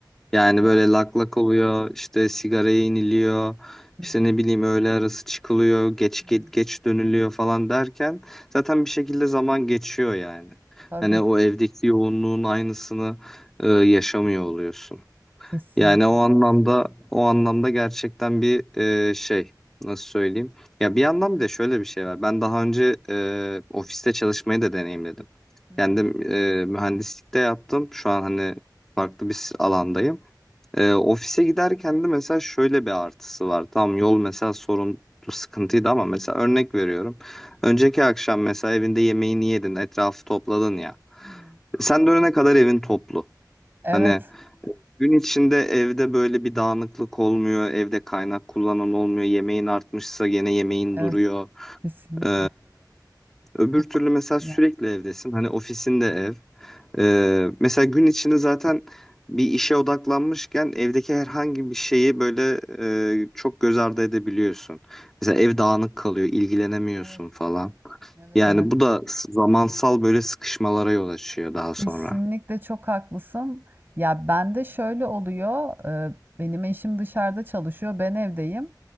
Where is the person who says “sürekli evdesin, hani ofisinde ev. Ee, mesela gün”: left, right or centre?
Centre